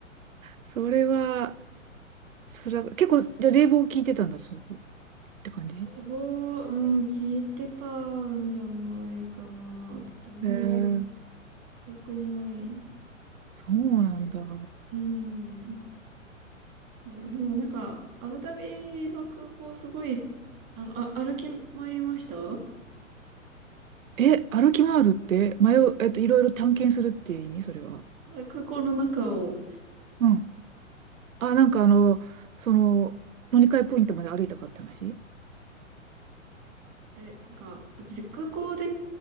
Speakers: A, on the right; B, on the right.
A: それは、それは、結構、じゃあ冷房効いてたんだ、そう、って感じ
B: た。冷房、うん、効いてたんじゃないかな。ちょっとあんまり
A: へえ、
B: 記憶にないん
A: そうなんだ。
B: だけど。うん。そうでもなんか、アブダビの空港すごいあの、あ、歩き回りましたあ
A: え、歩き回るって、迷う、えっと、いろいろ探検するっていう意味それは。
B: 空港の中を。
A: うん。あ、なんかあの、その、乗り換えポイントまで歩いたかって話
B: え、なんか、私空港で